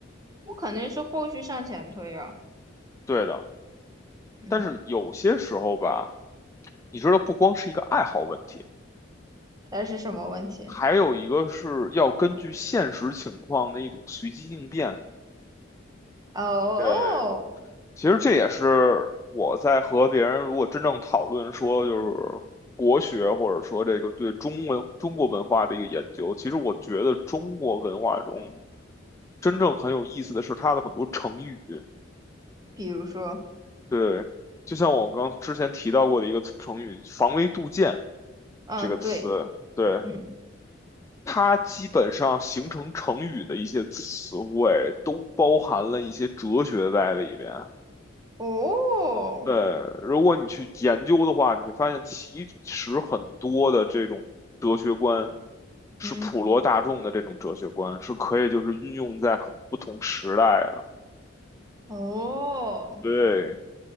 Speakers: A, on the right (about 20°); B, on the left (about 15°).
A: 我肯定是后续向前推啊。
B: 对的，
A: 嗯，
B: 但是有些时候吧，你知道，不光是一个爱好问题，
A: 它是什么问题？
B: 还有一个是要根据现实情况的一种随机应变。
A: 哦，
B: 对，其实这也是我在和别人如果真正讨论说就是国学或者说这个对中文中国文化的一个研究，其实我觉得中国文化中真正很有意思的是它的很多成语，
A: 比如说，
B: 对，就像我刚之前提到过的一个词成语“防微杜渐”
A: 嗯，
B: 这个词，
A: 对，
B: 对，
A: 嗯，
B: 它基本上形成成语的一些词汇都包含了一些哲学在里边。
A: 哦，
B: 对，如果你去研究的话，你会发现其实很多的这种哲学观是普罗大众的这种哲学观，
A: 嗯，
B: 是可以就是运用在很不同时代的。
A: 哦，
B: 对，